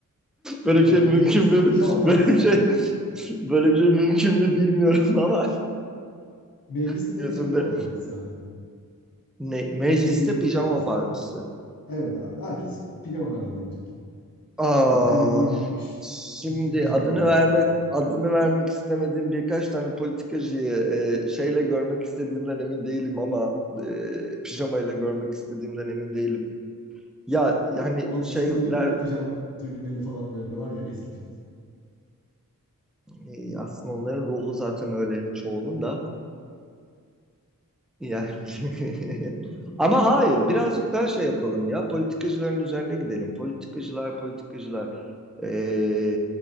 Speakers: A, on the left (about 80°); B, in the centre.
A: Çok
B: Böyle bir
A: güzel.
B: şey mümkün
A: Mecliste
B: mü?
A: de pijama partisi
B: Böyle bir şey
A: abi.
B: böyle bir şey mümkün mü bilmiyorum ama
A: Mecliste
B: <laughs> gözümde
A: de pijama partisi abi.
B: ne mecliste
A: Türkiye Büyük Millet
B: pijama
A: Meclisi'nde
B: partisi.
A: evet abi herkes pijamalarla gelecek.
B: Aa,
A: Böyle gri diz yapmış.
B: şimdi
A: Çirkin pijamalarla.
B: adını vermek adını vermek istemediğim birkaç tane politikacıyı e, şeyle görmek istediğimden emin değilim ama e, pijamayla görmek istediğimden emin değilim. Ya yani
A: O
B: şeyler
A: çizgili böyle pijama düğmeli falan böyle var ya eski tip.
B: e, aslında onların ruhu zaten öyle çoğunun da Yani... <laughs> Ama hayır, birazcık daha şey yapalım ya. Politikacıların üzerine gidelim. Politikacılar, politikacılar. Ee,